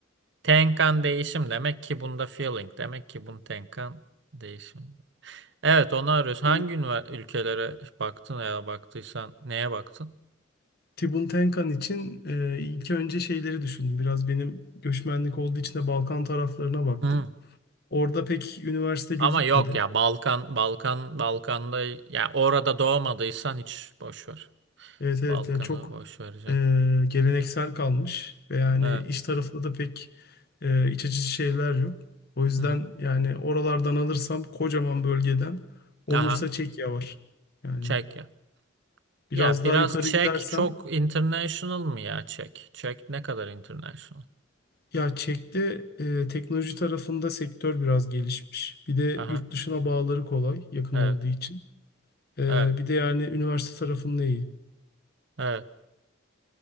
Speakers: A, on the right; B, on the left.
A: Tenkan değişim demek ki bunda feeling demek ki bun Tenkan değişim. Evet onu arıyoruz. Hangi
B: Şimdi
A: ünivers- ülkelere baktın ya da baktıysan neye baktın?
B: Tibun Tenkan için e, ilk önce şeyleri düşündüm. Biraz benim göçmenlik olduğu için de Balkan taraflarına baktım.
A: Hı.
B: Orada pek üniversite gözükmedi.
A: Ama yok ya Balkan Balkan Balkan'da ya orada doğmadıysan hiç boş ver.
B: Evet evet
A: Balkan'ı
B: ya çok
A: boş vereceksin.
B: e, geleneksel kalmış ve yani
A: Evet.
B: iş tarafında da pek e, iç açıcı şeyler yok. O yüzden
A: Hı hı.
B: yani oralardan alırsam kocaman bölgeden olursa
A: Aha
B: Çekya var. Yani
A: Çek ya.
B: biraz
A: Ya biraz
B: daha yukarı
A: Çek
B: gidersem
A: çok international mı ya Çek? Çek ne kadar international?
B: ya Çek'te e, teknoloji tarafında sektör biraz gelişmiş. Bir de
A: Aha
B: yurt dışına bağları kolay yakın
A: evet
B: olduğu için. E,
A: evet
B: bir de yani üniversite tarafında iyi.
A: evet.